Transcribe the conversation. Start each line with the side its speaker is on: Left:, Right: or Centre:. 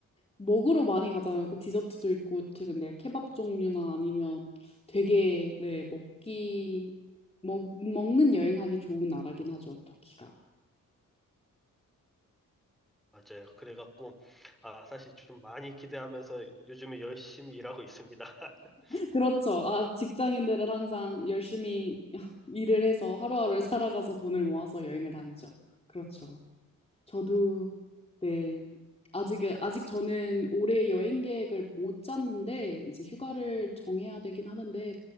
Left: 먹으러 많이 가잖아요. 그 디저트도 있고 최 근데 케밥 종류나 아니면 되게 네 먹기 먹 먹는 여행하기 좋은 나라긴 하죠. 터키가.
Centre: 맞아요. 그래갖고 아 사실 좀 많이 기대하면서 요즘에 열심히 일하고 있습니다. <laughs>
Left: 그렇죠. 아, 직장인들은 항상 열심히 <laughs> 일을 해서 하루하루를 살아가서 돈을 모아서 여행을 다니죠. 그렇죠. 저도, 네. 아직, 아직 저는 올해 여행 계획을 못 짰는데, 이제 휴가를 정해야 되긴 하는데,